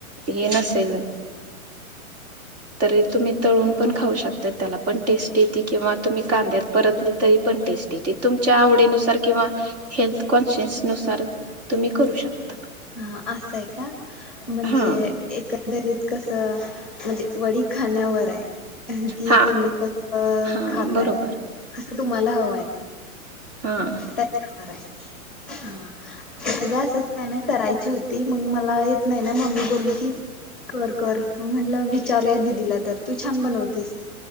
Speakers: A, on the right (about 30°); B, in the centre.
A: हे नसेल तरी तुम्ही तळून पण खाऊ शकतात त्याला पण टेस्ट येते किंवा तुम्ही कांद्यात परतली तरी पण टेस्ट ते तुमच्या आवडीनुसार किंवा हेल्थ कॉन्शियस नुसार तुम्ही करू शकता.
B: ह असंय का? म्हणजे
A: हा
B: एकंदरीत कसं म्हणजे वडी खाण्यावर हाय. कि
A: हा
B: तुम्ही कस
A: हा
B: खाताय
A: बरोबर
B: कसं तुम्हाला हवंय.
A: ह.
B: बर आहे. हा. घ असच का नाही याची होती मग मला येत नाही ना मम्मी बोलली की म्हट विचारूया दिदीला तर तू छान बनवतेस.